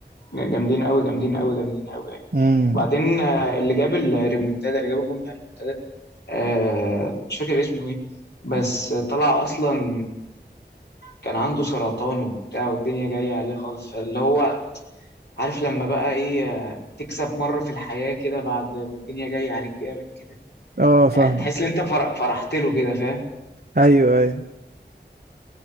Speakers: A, on the left; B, on the right.
A: جامدين قوي جامدين قوي جامدين قوي يعني.
B: امم
A: وبعدين آه، اللي جاب الريمونتادا اللي جاب الجون بتاع الريمونتادا آه، مش فاكر اسمه ايه بس طلع اصلا كان عنده سرطان وبتاع والدنيا جاية عليه خالص فاللي هو عارف لما بقى ايه آه، تكسب مرة في الحياة كده بعد ما الدنيا جاية عليك جامد كده
B: اه فاهم
A: يعني تحس ان انت فر- فرحت له كده فاهم
B: ايوه ايوه